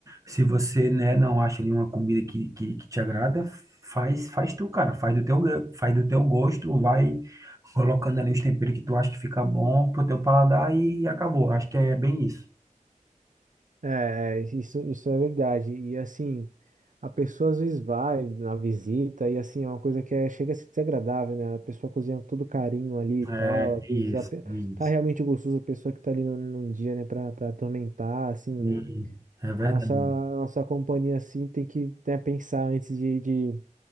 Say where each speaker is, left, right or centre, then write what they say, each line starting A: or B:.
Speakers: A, on the right; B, on the right.
A: se você, né, não acha ali uma comida que, que, que te agrada, faz, faz tu, cara. Faz do teu, go- faz do teu gosto, vai colocando ali os temperos que tu acha que fica bom pro teu paladar e acabou. Acho que é bem isso.
B: É, é, isso, isso é verdade. E assim, a pessoa às vezes vai na visita e assim, é uma coisa que é- chega a ser desagradável, né? A pessoa cozinha com todo carinho ali e
A: É,
B: tal. Às vezes
A: isso,
B: a pe-
A: isso.
B: tá realmente gostoso a pessoa que tá ali no, num dia, né, pra, pra atormentar, assim.
A: Sim, é verdade.
B: A nossa, a nossa companhia, assim, tem que, né, pensar antes de, de